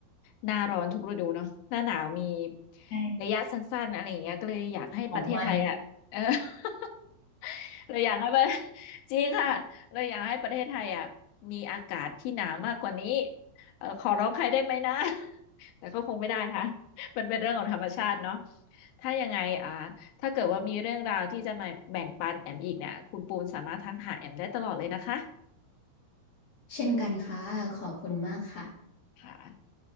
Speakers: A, on the left (about 80°); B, on the left (about 65°).
A: หน้าร้อนทุกฤดูเนาะหน้าหนาวมี
B: ใช่
A: ระยะสั้นๆอะไรอย่างเงี้ยก็เลยอยากให้ประเทศไทยอะเออ
B: สองวัน
A: <laughs> เราอยากให้ประ <laughs> จริงค่ะเราอยากให้ประเทศไทยอ่ะมีอากาศที่หนาวมากกว่านี้เออขอร้องใครได้ไหมนะ <laughs> แต่ก็คงไม่ได้ค่ะมันเป็นเรื่องของธรรมชาติเนาะถ้ายังไงอ่า ถ้าเกิดว่ามีเรื่องราวที่จะมาแบ่งปันแอมอีกเนี่ยคุณปูนสามารถทักหาแอมได้ตลอดเลยนะคะ
B: เช่นกันค่ะขอบคุณมากค่ะ
A: ค่ะ